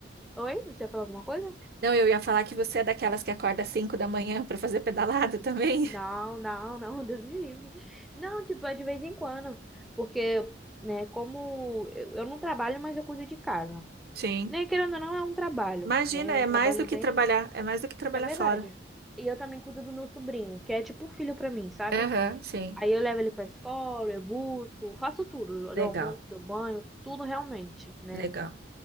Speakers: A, in the centre; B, on the right.
A: Oi? Você ia falar alguma coisa?
B: Não, eu ia falar que você é daquelas que acorda às 5 da manhã para fazer pedalada também?
A: Não, não, não, <laughs> Deus me livre. Não, tipo, é de vez em quando. Porque, né, como eu, eu não trabalho, mas eu cuido de casa.
B: Sim.
A: Né, querendo ou não, é um trabalho,
B: Imagina,
A: né? É
B: é
A: um
B: mais
A: trabalho
B: do que
A: bem
B: trabalhar, é mais do que trabalhar
A: Isso é verdade.
B: fora.
A: E eu também cuido do meu sobrinho, que é tipo um filho pra mim, sabe?
B: Aham, sim.
A: Aí eu levo ele pra escola, eu busco, faço tudo,
B: Legal,
A: do almoço, do banho, tudo realmente, né?
B: legal.